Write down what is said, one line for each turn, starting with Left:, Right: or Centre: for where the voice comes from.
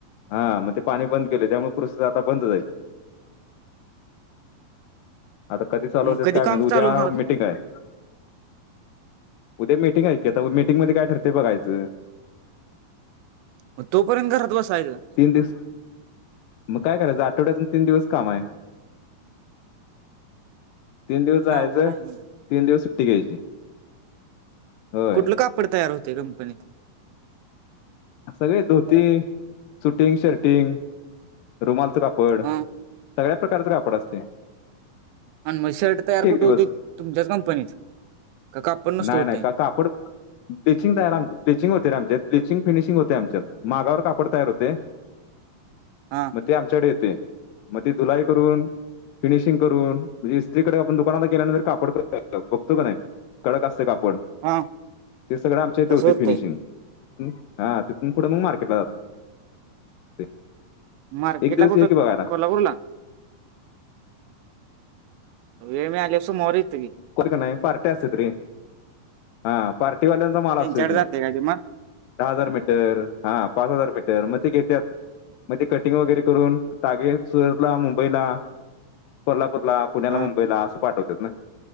Left: हां म ते पाणी बंद केलय, त्यामुळ प्रोसेस आता बंद जाई. आता कधी चालू
Right: मग
Left: होत्यात,
Right: कधी
Left: काय
Right: काम
Left: माहित, उद्या
Right: चालू होणार
Left: मिटिंग हाय. उद्या मिटिंग हाय की, आता मिटिंग मध्ये काय ठरते, बघायचं.
Right: म, तोपर्यंत घरात बसायचं?
Left: तीन दिस, मग काय करायचं, आठवड्यातून तीन दिवस काम हाय.
Right: <inaudible>
Left: तीन दिवस जायाचं,
Right: अवघड आहे की
Left: तीन दिवस सुट्टी घ्यायची. होय
Right: कुठलं कापड तयार होतय, कंपनीत?
Left: सगळे धोती, सुटिंग- शर्टिंग, रुमालचं कापड
Right: हा
Left: सगळ्या प्रकारचं कापड असतय.
Right: अन मग शर्ट तयार कुठ
Left: दिवस
Right: होतय? तुमच्याच कंपनीत? का कापड नुसतं
Left: नाही
Right: होतय?
Left: नाही का कापड ब्लिचिंग तयार आम ब्लिचिंग होतेमचेत ब्लिचिंग फिनिशिंग होतय आमच्यात मागावर कापड तयार होते.
Right: हा
Left: मग ते आमच्याकडे येते मग ते धुलाई करून- फिनिशिंग करून म्हणजे स्त्रीकडे आपण दुकानात गेल्यानंतर कापड बघतो का नाही कडक असत कापड
Right: हा
Left: ते सगळं आमच्या इथे
Right: तसं
Left: होते
Right: होतंय
Left: फिनिशिंग. हु हा तिथून पुढं मग मार्केटला जात
Right: मार्केटला
Left: एक दिवस
Right: कुठं
Left: एक की बघायला.
Right: कोल्हापूरला वेळ मीळाल्यापसून सोमवारी येतो की
Left: कोठ का नाही पार्टी असते त रे हा पार्टी वाल्यांचा
Right: त्यांच्याकडे
Left: माल असतोय तो
Right: जाते काय ते मग
Left: दहा हजार मीटर हा पाच हजार मीटर मग ते घेेत्यात मग तेे कटिंग वगैरे करून तागे सुरतला मुंबईला कोल्हापूरला पुण्याला
Right: हा
Left: मुंबईला असं पाठवतात ना